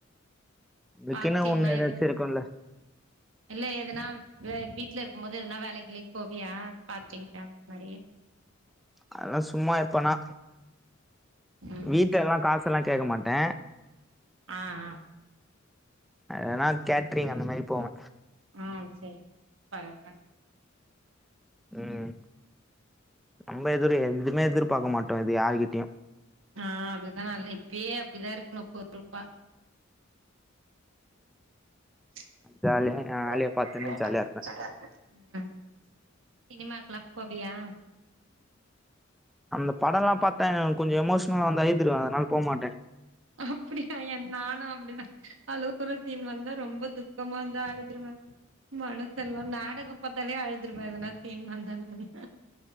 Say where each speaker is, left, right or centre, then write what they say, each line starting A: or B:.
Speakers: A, in the centre; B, on the right (about 70°).
A: அதுக்குன்னு
B: பார்ட்டைமா
A: ஒண்ணு ஏதாச்சு
B: எதும்
A: இருக்குல்ல
B: இல்ல எதுனா வெ வீட்ல இருக்கு போது எதுனா வேலைக்கி கிலைக்கு போவியா பார்ட்டைம் அந்த மாரி
A: அதெல்லா சும்மா எப்பனா
B: ம்
A: வீட்டு எல்லா காசு செல்லா கேக்க மாட்டே
B: ஆ ஆ
A: எதனா கேட்ரிங் அந்த மாரி போவே
B: ஆ சரி பரவா இல்ல
A: ம் நம்ம எத எதுவுமே எதிர்பார்க்க மாட்டோ இது யார்கிட்டயு
B: ஆ அதுதா நல்ல இப்பயே அப்டிதா இருக்கணு பொருப்பா <unintelligible>
A: ஜாலியா என் வேலைய பாத்துன்னு ஜாலியா இருப்பே
B: சினிமாக்கெல்லா போவியா
A: அந்த பட எல்லா பாத்தா கொஞ்ச எமோஷ்னலா வந்து அழிதுருவே அதனால போமாட்ட
B: அப்டியா என் நானு அப்டிதா அழுவற சீன் வந்தா ரொம்ப துக்கமா இருந்தா அழுதுருவே மனசெல்லா நாடக பாத்தாலே அழுதுருவே இந்த மாரி சீன் வந்தாவே